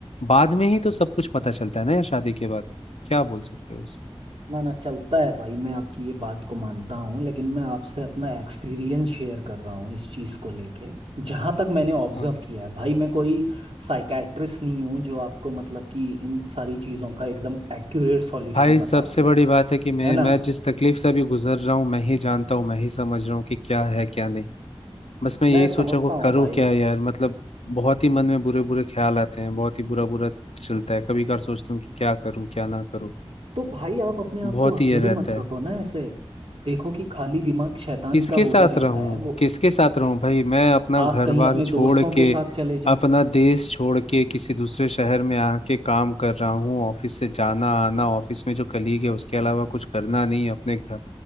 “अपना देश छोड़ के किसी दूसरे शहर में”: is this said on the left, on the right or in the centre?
Left